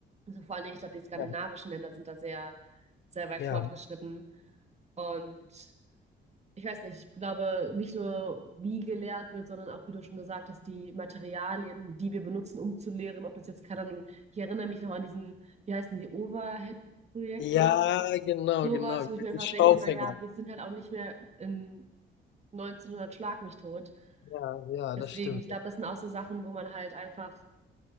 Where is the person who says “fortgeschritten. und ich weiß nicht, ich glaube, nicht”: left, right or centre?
Right